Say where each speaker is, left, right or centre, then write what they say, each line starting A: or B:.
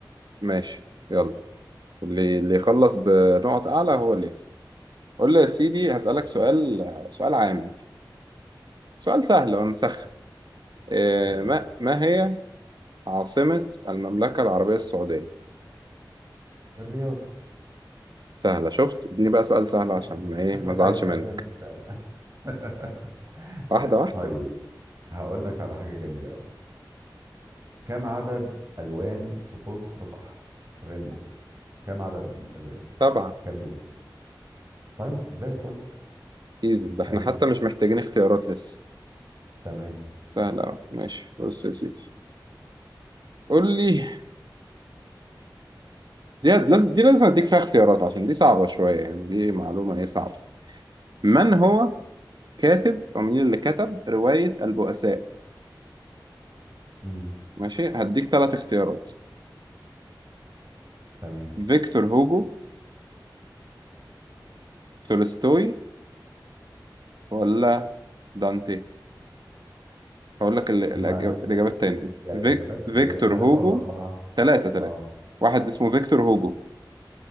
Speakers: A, on the right (about 65°); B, on the right (about 40°).
A: ماشي يلا اللي اللي يخلص بنقط أعلى هو اللي يكسب قول لي يا سيدي
B: اوكي
A: هسألك سؤال سؤال عام سؤال سهل ونسخن إيه
B: تمام
A: ما ما هي عاصمة المملكة العربية السعودية؟
B: الرياض
A: سهلة شفت؟ اديني بقى سؤال سهل عشان
B: لا انت
A: ما ايه
B: شكلك
A: ما ازعلش
B: عايز تعزمني
A: منك
B: فعلا <laughs>
A: واحدة واحدة
B: طيب هقول لك على حاجه جميله قوي كم عدد الوان في قوس قزح ريمبو كم عدد الالوان
A: سبعة
B: كم لون طيب زي الفل
A: ايزي ده احنا
B: حلو
A: حتى مش محتاجين اختيارات لسه
B: تمام
A: سهلة أوي ماشي بص يا سيدي قول لي دي لازم دي لازم اديك فيها اختيارات عشان دي صعبة شوية يعني دي معلومة ايه صعبة من هو كاتب او مين اللي كتب رواية البؤساء
B: امم
A: ماشي هديك ثلاث اختيارات
B: تمام
A: فيكتور هوجو تولستوي ولا دانتي هقول لك ال-
B: هما
A: الأج-
B: ال...
A: الإجابة التانية
B: ال... يعني الاجابات
A: فيك... فيكتور
B: الاجابات ثلاثه
A: هوجو
B: ولا اربعه
A: ثلاثة ثلاثة
B: اه
A: واحد اسمه فيكتور
B: تمام
A: هوجو